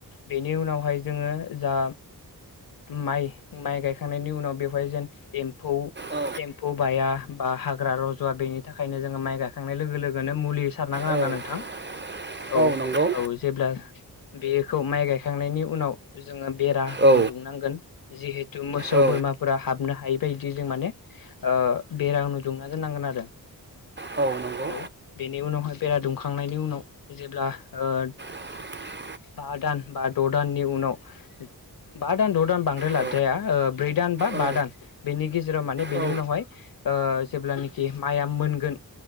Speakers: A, on the left; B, on the right.
A: बेनि उनावहाय जोंङो जा उम माइ माइ गायखांनायनि उनाव बेवहाय जेन एम्फौ
B: औ
A: एम्फौ बाया बा हाग्रा रजवा बेनि थाखायनो जोङो माइ गायखांनाय लोगो लोगोनो मुलि सारनांगोन
B: औ
A: आरोना नोंथां।
B: <inaudible>
A: औ
B: नंगौ
A: औ जेब्ला बेखौ माइ गायखांनायनि उनाव जोङो बेरा
B: औ
A: उनु दुंनांगोन। जिहेथु मोसौ
B: औ
A: बोरमाफोरा हाबनो हायि बायदि जों माने ओ बेरामखौ दुंना दोन नांगोन आरो।
B: औ नंगौ
A: औ बेनि उनावहाय बेरा दुमखांनायनि उनाव जेब्ला ओ
B: <inaudible>
A: बा दान बा द' दाननि उनाव बा दान द' दान बांद्राय
B: औ
A: लाद्राया ओ ब्रै दान बा
B: औ
A: बा दान बेनि गेजेराव माने बेनि
B: औ
A: उनावहाय ओ जेब्लानाखि माइया मोनगोन